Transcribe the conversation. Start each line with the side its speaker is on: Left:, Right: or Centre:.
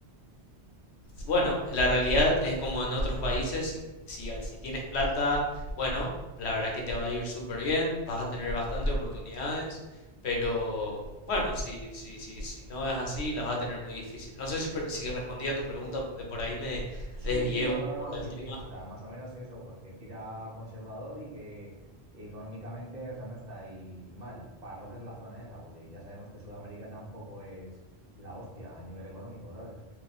Left: bueno, la realidad es como en otros países, si, si, si tienes plata, bueno, la verdad que te va a ir súper bien, vas a tener bastante oportunidades, pero bueno, si, si, si, si no es así, las vas a tener muy difícil. No sé si, per- si respondí a tu pregunta, de por ahí me
Right: Sí,
Left: desvié
Right: no,
Left: un
Right: no,
Left: poco
Right: no, sí,
Left: del tema.
Right: sí. O sea, más o menos eso, pues que tira conservador y que económicamente, o sea, no estáis mal para lo que es la zona esa, porque ya sabemos que Sudamérica tampoco es la hostia a nivel económico, ¿sabes?